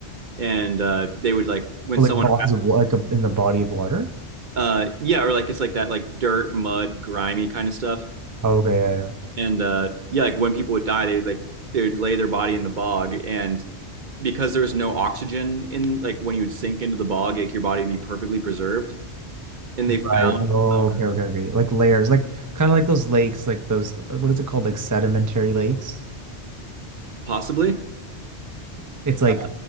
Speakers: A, on the right; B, on the right.
A: and uh, they would like when
B: Oh,
A: someone,
B: like bodies of wa- like a, in the body of water.
A: uh, yeah, or like it's like that like dirt, mud, grimy kind of stuff,
B: Oh, okay, yeah, yeah.
A: and uh, yeah, like when people would die, they would like they would lay their body in the bog, and because there's no oxygen in like when you would sink into the bog, like your body would be perfectly preserved. And
B: Right.
A: they found
B: Oh,
A: um,
B: okay, okay, okay. Like layers, like kind of like those lakes, like those, what is it called? Like sedimentary lakes.
A: possibly.
B: It's like,
A: Uh,